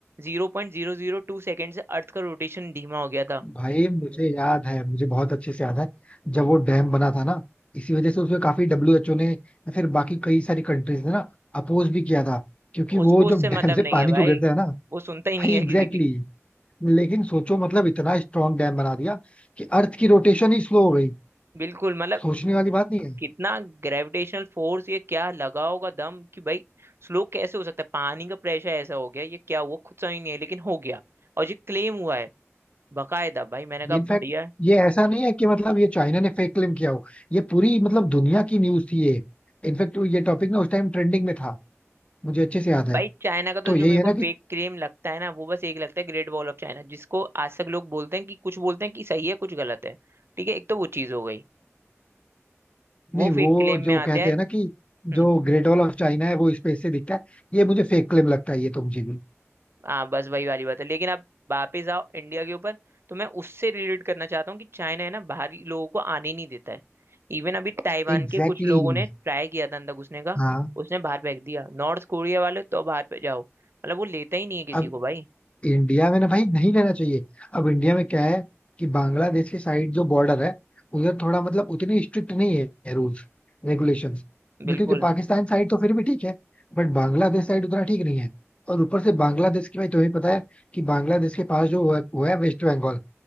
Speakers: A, on the right; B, on the left.
A: zero point zero zero two second से अर्थ का रोटेशन धीमा हो गया था
B: भाई मुझे याद है मुझे बहुत अच्छे से याद है जब वो डैम बना था ना इसी वजह से उसमें काफी डब्ल्यूएचओ ने या फिर बाकी कई सारी कंट्रीज ने ना अपोज भी किया था क्योंकि वो
A: उसको उससे
B: जब
A: मतलब
B: डैम से
A: नहीं
B: पानी
A: है भाई
B: जो गिरता है ना
A: वो सुनता
B: भाई
A: ही नहीं है
B: एग्जैक्टली
A: किसी की
B: exactly. लेकिन सोचो मतलब इतना स्ट्रांग डैम बना दिया कि अर्थ की रोटेशन ही स्लो हो गई
A: बिल्कुल मतलब
B: सोचने वाली बात नहीं है
A: कितना ग्रेविटेशनल फोर्स ये क्या लगा होगा दम कि भाई स्लो कैसे हो सकता है पानी का प्रेशर ऐसा हो गया ये क्या हुआ खुद समझ नहीं है लेकिन हो गया और ये क्लेम हुआ है बकायदा भाई मैंने
B: ये
A: कहा
B: इनफैक्ट
A: बढ़िया है
B: ये ऐसा नहीं है कि मतलब ये चाइना ने फेक क्लेम किया हो ये पूरी मतलब दुनिया की न्यूज थी ये इनफैक्ट ये टॉपिक ना उस टाइम ट्रेंडिंग में था मुझे अच्छे से याद है
A: भाई चाइना का तो
B: तो
A: जो
B: यही
A: मेरे
B: है
A: को
B: ना
A: फेक
B: कि
A: क्लेम लगता है ना वो बस एक लगता है ग्रेट वॉल ऑफ चाइना जिसको आज तक लोग बोलते हैं कि कुछ बोलते हैं कि सही है कुछ गलत है ठीक है एक तो वो चीज हो गई वो
B: नहीं वो
A: फेक क्लेम
B: जो
A: में आते
B: कहते
A: हैं
B: हैं ना कि
A: हम्म।
B: जो ग्रेट वॉल ऑफ चाइना है वो स्पेस से दिखता है ये मुझे फेक क्लेम लगता है ये तो मुझे भी
A: हाँ बस वही वाली बात है लेकिन अब वापिस आओ इंडिया के ऊपर तो मैं उससे रिलेट करना चाहता हूँ कि चाइना है ना बाहरी लोगों को आने ही नहीं देता है इवन अभी ताइवान
B: Exactly
A: के कुछ लोगों
B: exactly.
A: ने ट्राई किया था अंदर घुसने का
B: हाँ
A: उसने बाहर फेंक दिया नॉर्थ कोरिया वाले तो बाहर पे जाओ मतलब वो लेता ही नहीं है किसी
B: अब
A: को भाई
B: इंडिया में ना भाई नहीं लेना चाहिए अब इंडिया में क्या है कि बांग्लादेश के साइड जो बॉर्डर है उधर थोड़ा मतलब उतनी स्ट्रिक्ट नहीं है रूल्स रेगुलेशंस
A: बिल्कुल
B: क्योंकि पाकिस्तान साइड तो फिर भी ठीक है बट बांग्लादेश साइड उतना ठीक नहीं है और ऊपर से बांग्लादेश की भाई तुम्हें पता है कि बांग्लादेश के पास जो वो है वेस्ट बंगाल